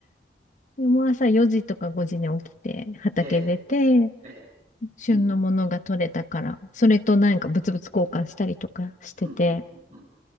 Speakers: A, on the left (about 45°); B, on the right (about 45°).
A: でもう朝4時とか5時に起きて畑出て、
B: ええ、ええ、
A: 旬のものが取れたから、
B: うん、
A: それとなんかブツブツ交換したりとかしてて、
B: うん、うん、うんうん。